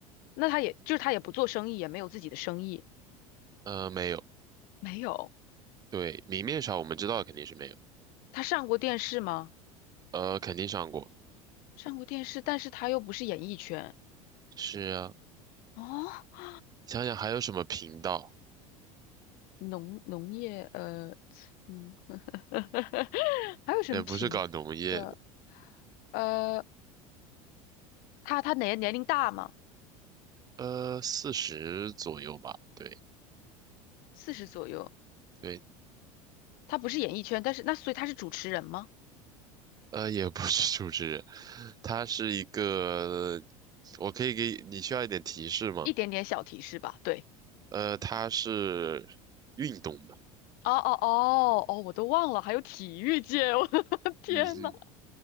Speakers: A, on the left; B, on the right.
A: 那他也就是他也不做生意，也没有自己的生意，
B: 呃，没有，
A: 没有。
B: 对，明面上我们知道肯定是没有。
A: 他上过电视吗？
B: 呃，肯定上过。
A: 上过电视，但是他又不是演艺圈
B: 是啊，
A: 哦，
B: 你想想还有什么频道？
A: 农农业呃农，<laughs> 还有什么品的？
B: 也不是搞农业的，
A: 呃，他他哪年龄大吗？
B: 呃，四十左右吧。对
A: 四十左右，
B: 对，
A: 他不是演艺圈，但是那所以他是主持人吗？
B: 呃，也不是主持人，他是一个，我可以给你需要一点提示吗？
A: 一点点小提示吧，对。
B: 呃，他是运动的，
A: 哦哦哦哦，我都忘了，还有体育界，我的 <laughs> 天呐，
B: 嗯哼，